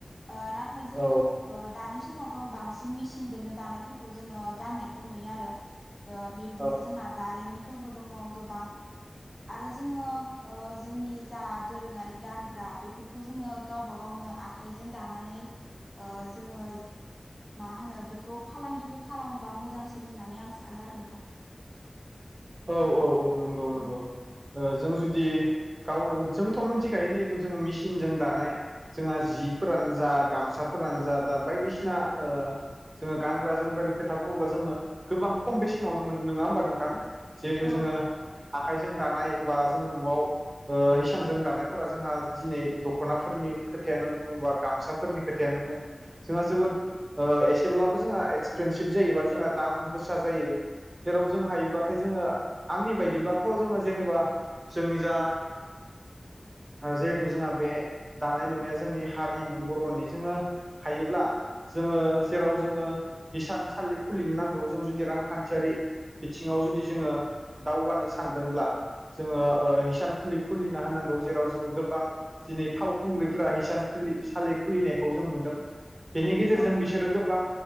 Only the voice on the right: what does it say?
औ
औ
औ औ औ नंगौ
नंगौ। जों जुदि गावनो जोंथ' मिथिखायो जिहेथु जोङो मेसिनजों दानाय जोंहा जिफोरानो जा गामसाफोरानो जा दा बायदिसिना ओ जोङो गानग्रा जोमग्रानि खोथा बुङोब्ला जोङो गोबां खम बेसेनावनो मोनो नङा होमबा नोंथां? जिहेथु
जोङो आखाइजों दानाय बा जोङो न'आव ओ हिसानजों दानायफोरा जोंहा दिनै दख'नाफोरनि खोथायानो बुङोबा गामसाफोरनि खोथायानो बुं जोंहा जोबोद एसेब्लाबो जोंहा एक्सपेनसिभ जायोबा जोंहा दाम गोसा जायो। जेराव जों हायोबा नाथाय जोङो आंनि बायदिब्लाथ' जोङो जेनेबा जोंनि जा जिहेथु जोंहा बे दानाय लुनाया जोंनि हारिमु बर'नि जोङो हायोब्ला जोङो जेराव जोङो हिसानसालि खुलिनो नांगौ जों जुदि रांखान्थियारि जिउआव जुदि जोङो दावगानो सानदोंब्ला जोङो हिसान खुलि खुलिना होनांगौ जेराव जोङो गोबां दिनै फावखुंग्रिफोरा हिसानुलि सालि खुलिनायखौ जों नुदों बेनि गेजेरजों
बिसोरो गोबां